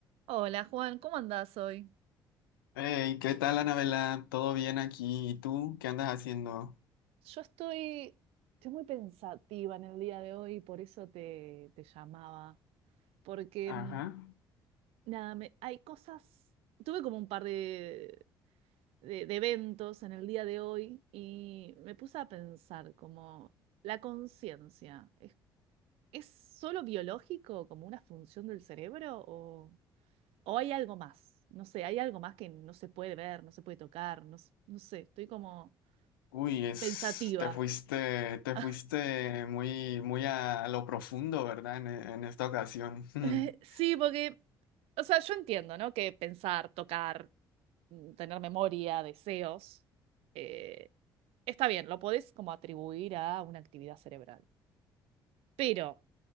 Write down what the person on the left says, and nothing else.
Hey, ¿qué tal, Anabela? ¿Todo bien aquí? ¿Y tú? ¿Qué andas haciendo?
Ajá.
Uy, es,
te fuiste, te fuiste
muy, muy a lo profundo, ¿verdad? En, en esta ocasión. <laughs>